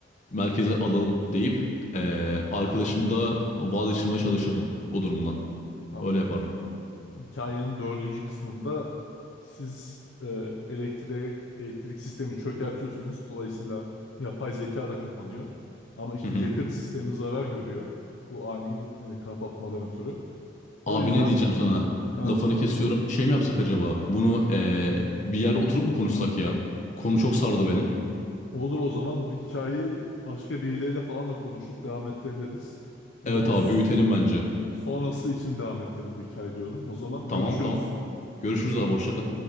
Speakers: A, on the left; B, on the left.
A: merkeze alalım deyip eee, arkadaşımı da vazgeçirmeye çalışırdım bu durumdan.
B: Tamam.
A: Öyle yapardım.
B: Hikayenin dördüncü kısmında siz e, elektriğe, elektrik sistemi çökertiyorsunuz. Dolayısıyla yapay zeka da kapanıyor. Ama işte
A: Hı hı.
B: yakıt sistemi zarar görüyor. Bu ani e, kapatmadan ötürü.
A: Abi
B: O yüzden
A: ne diyeceğim sana?
B: ha,
A: Lafını kesiyorum. Şey mi yapsak acaba? Bunu eee, bir yerde oturup mu konuşsak ya? Konu çok sardı beni.
B: olur o zaman bu hikayeyi başka birileriyle falan da konuşup devam ettirebiliriz. O
A: Evet
B: zaman
A: abi
B: s-
A: büyütelim bence.
B: sonrası için devam ettirelim bu hikaye diyorum. O zaman görüşürüz.
A: Tamam tamam. Görüşürüz abi hoşça kal.